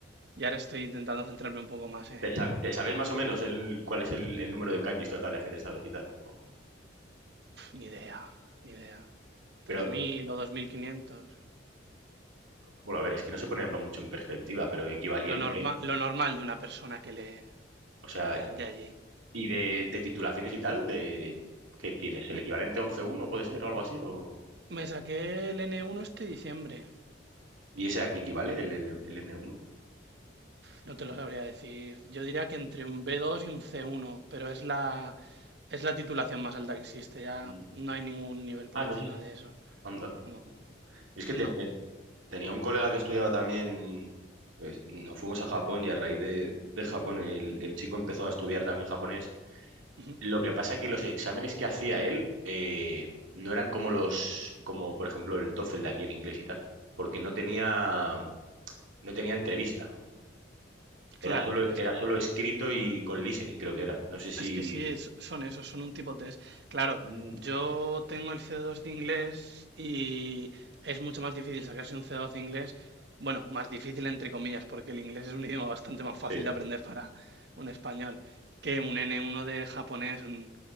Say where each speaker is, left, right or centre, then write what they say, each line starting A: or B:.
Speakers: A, on the right (about 60°); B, on the right (about 85°).
A: y ahora estoy intentando centrarme un poco más en,
B: ¿Te, sabe- te sabes más o menos el, cuál es el, el número de kanjis totales que te sabes y tal? O-
A: Ni idea, ni idea.
B: pero,
A: tres mil o dos mil quinientos
B: bueno, a ver, es que no sé ponerlo mucho en perspectiva, pero equivalente,
A: Lo normal, lo normal de una persona que lee
B: o sea,
A: de allí.
B: y de, de titulaciones y tal, de, ¿qué tienes? ¿El
A: Me,
B: equivalente a once uno puede ser o algo así? O,
A: me saqué el n uno este diciembre.
B: ¿y ese a qué equivale, el, el, el n uno
A: No te lo sabría decir. Yo diría que entre un b dos y un c uno pero es la, es la titulación más alta que existe. Ya
B: Mm.
A: no hay ningún nivel por
B: Ah,
A: encima
B: no existe.
A: de eso.
B: Anda.
A: No,
B: Es que
A: no.
B: te- te- tenía un colega que estudiaba también, pues, nos fuimos a Japón y a raíz de, de Japón el, el chico empezó a estudiar también japonés.
A: Ujú.
B: Lo que pasa es que los exámenes que hacía él eh, no eran como los, como por ejemplo el TOEFL de aquí en inglés y tal, porque no tenía, no tenía entrevista. Era
A: Claro,
B: solo,
A: es
B: era
A: que
B: solo escrito y con listening, creo que era. No sé si...
A: Es que sí, es- son esos, son un tipo test. Claro,
B: Mm.
A: yo tengo el c dos de inglés y es mucho más difícil sacarse un c dos de inglés. Bueno, más difícil entre comillas, porque el inglés es un idioma bastante más fácil
B: Sí.
A: de aprender para un español que un n uno de japonés. un-